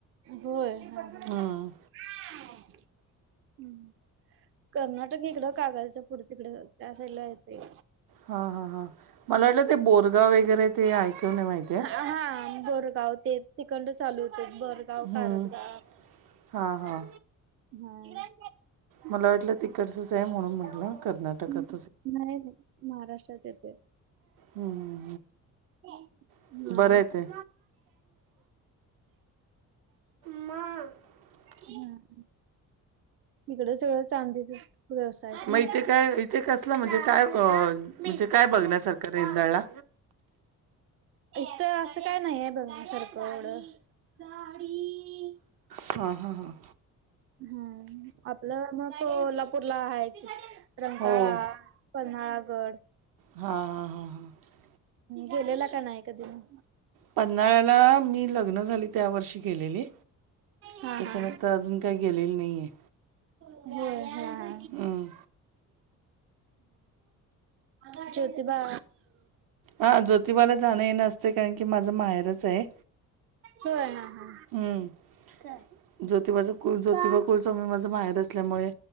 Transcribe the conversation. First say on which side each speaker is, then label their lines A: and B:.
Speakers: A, on the right (about 40°); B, on the right (about 80°).
A: होय ह. हा.
B: हं.
A: हम् कर्नाटक इकडं कागालच्या पुढ तिकड त्या साईड ला येते.
B: हा हा हां मला वाटलं ते बोरगाव वगैरे ते ऐकवय माहिती आहे.
A: हा बरं गावते तिखंड चालू होते बरं. गावकारत
B: हम्म.
A: ग
B: हां हां
A: हम्म.
B: मला वाटलं तिकडचंच आहे म्हणून म्हटलं कर्नाटकात
A: नाही नाही महाराष्ट्रात येत आहे.
B: हम्म हम्म
A: हम्.
B: हम्म बरं आहे ते. <unintelligible>
A: हम ह. तिकड सगळ चांदी व्यवसायत
B: मग
A: ना.
B: इथे काय इथे कसला म्हणजे काय म्हणजे काय बघण्यासारखं रेंदळला
A: अ इथ असं काय नाहीय बघ सरखढं. दाडीी.
B: हा हा हां.
A: हम आपलं मग कोल्हापूरला आहे क रमताळा
B: हो
A: पन्हाळागड
B: हा हा हा हा.
A: गेलेला का नाही कधी मी
B: पन्हाळ्याला मी लग्न झाली त्या वर्षी केलेली
A: हा
B: त्याच्यानंतर
A: हा
B: अजून का गेलेलं नाही आहे.
A: हो हा.
B: हम्म.
A: हम् जती बा
B: ह ज्योतिबाला जाणं नसते कारण की माझं माहेरच आहे.
A: हो हा हा.
B: हम्म ज्योतिबाच ज्योतिबा स्कूल चं मी माझं बाहेर असल्यामुळे